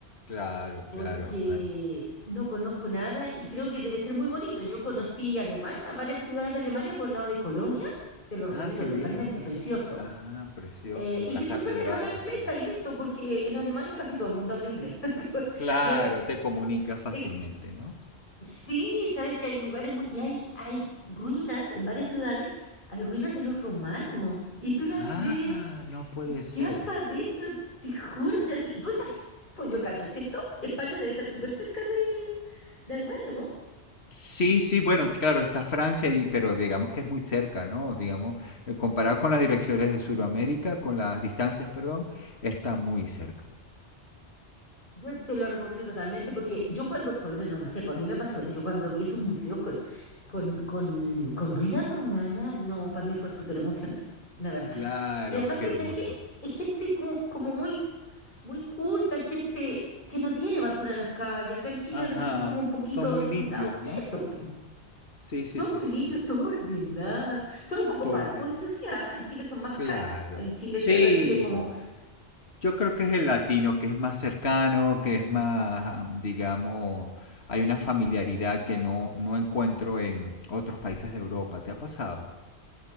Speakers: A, on the left; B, on the left.
A: Claro,
B: porque
A: claro.
B: no conozco nada y creo que debe ser muy bonito. Yo conocí Alemania, varias ciudades de Alemania por el lado de Colonia, te lo recomiendo
A: Ah, qué
B: totalmente,
A: bien.
B: precioso.
A: Ah, precioso.
B: Eh, y
A: La
B: si
A: catedral
B: tú sabes hablar inglés,
A: es famosa.
B: está listo, porque en Alemania casi todo el mundo habla inglés. <laughs>
A: Claro,
B: No es,
A: te comunica fácilmente,
B: es que-
A: ¿no?
B: sí, sabes que hay lugares muy, y hay, hay ruinas en varias ciudades, hay ruinas de los romanos, y tú las
A: Ah,
B: ves.
A: no puede
B: Y
A: ser.
B: quedas para adentro, te juro. O sea, si tú estás, pues yo cacho, ¿cierto? España debe estar súper cerca de, de Alemania, ¿o ¿no?
A: Sí, sí, bueno, claro, está Francia, y, pero digamos que es muy cerca, ¿no? Digamos, eh, comparado con las direcciones de Sudamérica, con las distancias, perdón, está muy cerca.
B: Yo te lo recomiendo totalmente porque yo cuando, por lo menos no sé, pues a mí me pasó, yo cuando vi esos museos con, con, con, con ruinas romanas, no, para mí fue súper emocionante, la verdad.
A: Claro,
B: Y además
A: qué
B: que,
A: hermoso.
B: ¿sabes qué Es gente como, como muy, muy culta, gente que no tiene basura en las calles. Acá en Chile
A: Ajá,
B: de repente somos un poquito
A: son muy
B: descuidados
A: limpios,
B: en
A: ¿no?
B: eso.
A: Sí, sí,
B: Son
A: sí,
B: muy
A: sí,
B: limpios,
A: sí.
B: <laughs> todo ordenado. Son un poco
A: Todo
B: parcos,
A: orden.
B: eso sí, ah, en Chile son más
A: Claro.
B: cálidos. En Chile
A: Sí,
B: se recibe como,
A: Yo creo que es el latino, que es más cercano, que es más, digamos, hay una familiaridad que no, no encuentro en otros países de Europa. ¿Te ha pasado?